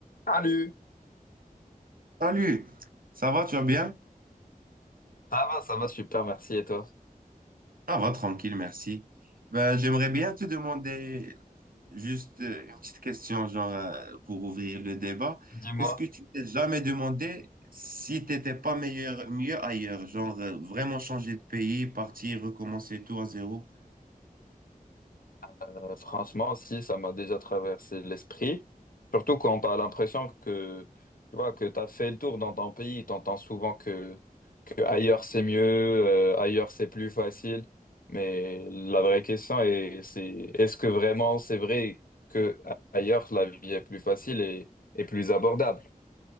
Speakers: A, on the left; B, on the right.
A: Salut!
B: Salut, ça va, tu vas bien?
A: Ça va, ça va super, merci. Et toi?
B: Ça va, tranquille, merci. Ben, j'aimerais bien te demander juste euh, une petite question, genre, euh, pour ouvrir le débat.
A: Dis-moi.
B: Est-ce que tu t'es jamais demandé si t'étais pas meilleur, mieux ailleurs, genre, euh, vraiment changer de pays, partir, recommencer tout à zéro?
A: Euh, franchement, si, ça m'a déjà traversé l'esprit. Surtout quand tu as l'impression que tu vois que tu as fait le tour dans ton pays, tu entends souvent que, que ailleurs c'est mieux, euh, ailleurs c'est plus facile. Mais la vraie question est, c'est est-ce que vraiment c'est vrai que ailleurs la vie est plus facile et, et plus abordable?